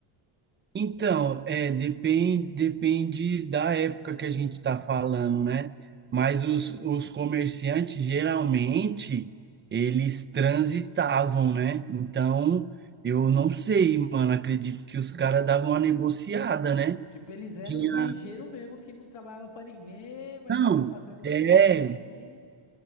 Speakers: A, on the right; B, on the left.
A: Então, é, depende, depende da época que a gente está falando, né? Mas os, os comerciantes, geralmente, eles transitavam, né? Então, eu não sei, mano, acredito que os caras davam uma negociada, né?
B: Tipo, eles eram
A: Tinha...
B: os ligeiros mesmo que não trabalhava pra ninguém, mas
A: Não,
B: tava fazendo
A: é,
B: corre aqui.